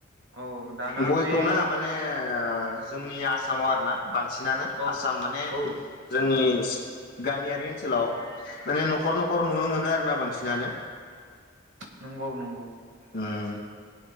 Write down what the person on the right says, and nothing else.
औ दाना
बे
औ
औ
नंगौ नंगौ।